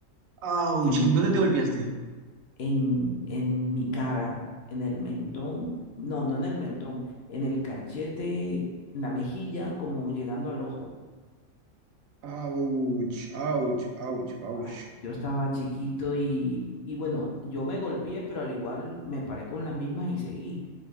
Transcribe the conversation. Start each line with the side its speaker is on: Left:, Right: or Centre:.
Right: Auch,
Left: en,
Right: ¿en dónde te golpeaste?
Left: en, en mi cara, en el mentón, no, no en el mentón, en el cachete, en la mejilla, como llegando al ojo.
Right: Ouch, ouch, ouch, ouch.
Left: Ay, yo estaba chiquito y, y bueno, yo me golpeé, pero al igual me paré con las mismas y seguí.